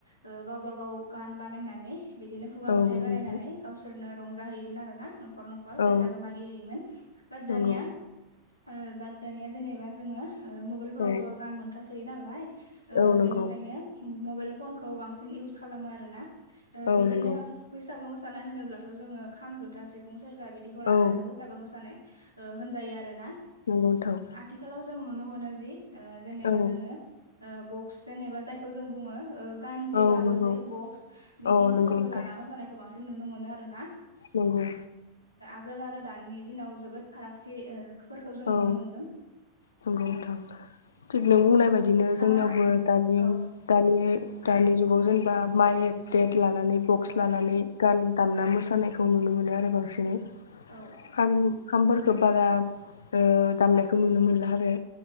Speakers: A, on the right; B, on the left.
A: ओ गावबा गाव गान बानायनानै बिदिनो खुगा
B: औ
A: मेथाइ
B: नंगौ
A: बानायनानै
B: नोंथां
A: गावसोरनो रंजा होयोमोन आरो ना। न'खर न'खर बैसागो
B: औ
A: मागि हैैयोमोन। बाद दानिया
B: नंगौ
A: ओ बाद दानिया जेनेबा जोङो ओ मबाइलफोरावबो
B: औ
A: गान मोनखासोयो नालाय ओ
B: औ नंगौ
A: बेनिखायनो मबाइल फनखौ बांसिन इउस खालामो आरोना। ओ
B: औ
A: बिदिनो
B: नंगौ
A: बैसागु मोसानाय होनोब्लाथ' जोङो खाम, जथा, सिफुं, सेरजा बिदिखौ लानासो
B: औ
A: बैसागो मोसानाय ओ होनजायो आरो ना।
B: नंगौ नोंथां।
A: थिखालाव जों नुनो मोनो जि ओ जेनेबा
B: औ
A: जोङो ओ बक्स जेनेबा जायखौ जों बुङो ओ गानजे
B: औ
A: गाबो
B: नंगौ
A: जे बक्स बिदिफोरखौसो
B: औ नंगौ नोंथां
A: लाना मोसानायखौ बांसिन नुनो मोनो आरो ना।
B: नंगौ।
A: आगोल आरो दानि दिनाव जोबोद फारागथि ओ फोरखौ
B: औ
A: जों नुनो मोनदों।
B: नंगौ
A: औ
B: नोंथां। थिग नों बुंनाय बायदिनो
A: नोंथाङा
B: जोंनियावबो दानि
A: औ
B: दानि दानि नि जुगाव जेनेबा माइक देग लानानै बक्स
A: औ
B: लानानै गान दामना मोसानायखौ नुनो मोनो आरो बांसिनै
A: औ
B: खाम-खामफोरखौ बारा ओ दामनायखौ नुनो मोनला आरो।